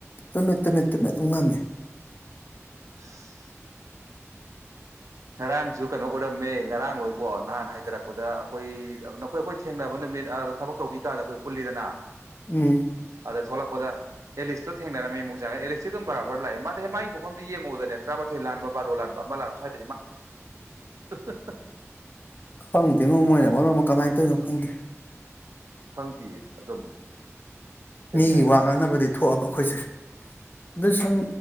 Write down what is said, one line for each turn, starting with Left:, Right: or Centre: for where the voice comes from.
Left: ꯊꯃꯦ ꯇꯃꯦꯠꯇꯃꯦ ꯊꯨꯡ ꯉꯅꯤ
Right: ꯑ ꯉꯔꯥꯡꯁꯨ ꯀꯩꯅꯣ ꯎꯔꯝꯃꯦ ꯉꯔꯥꯡ ꯂꯣꯏꯕꯣ ꯅꯍꯥꯟ ꯍꯥꯏꯊꯔꯛꯄꯗ ꯀꯣꯏ ꯅꯈꯣꯏ ꯑꯩꯈꯣꯏ ꯊꯦꯡꯅꯕꯅ ꯅ ꯃ ꯑ ꯊꯕꯛ ꯇꯧꯕꯤ ꯀꯥꯟꯗ ꯑꯩꯈꯣꯏ ꯄꯨꯜꯂꯤꯗꯅ
Left: ꯎꯝ
Right: ꯑꯗ ꯊꯣꯛꯂꯛꯄꯗ ꯑꯦꯂꯤꯁꯇꯣ ꯊꯦꯡꯅꯔꯝꯃꯤ ꯃꯨꯡꯖꯥꯅ ꯑꯦꯂꯤꯁꯤ ꯑꯗꯨꯝ ꯕꯥꯔ ꯂꯥꯛꯑ ꯃꯥꯗꯤꯦ ꯃꯥꯒꯤꯣꯐꯝꯁꯤ ꯌꯦꯡꯉꯨꯗꯅꯦ ꯇꯔꯥꯊꯣꯏ ꯂꯥꯟꯕ ꯕꯥꯔꯣ ꯂꯥꯟꯕ ꯑꯃꯥꯟꯥꯟꯕ ꯁ꯭ꯏꯗ <unintelligible>
Left: ꯈꯪꯗꯦꯉꯣ ꯃꯣꯏꯅ ꯃꯔꯣ ꯑꯃ ꯀꯃꯥꯏꯅ ꯇꯧꯔꯤꯅꯣ ꯈꯪꯗꯦ
Right: ꯈꯪꯗꯤꯌꯦ ꯑꯗꯨꯝ ꯀꯩ
Left: ꯃꯤꯒꯤ
Right: ꯍꯥꯏꯅꯣ
Left: ꯋꯥ
Right: ꯈꯪꯗꯦ
Left: ꯉꯥꯡꯅꯕꯗꯤ ꯊꯣꯛꯑꯕ ꯑꯩꯈꯣꯏꯁꯦ ꯑꯗꯨ ꯁꯨꯝ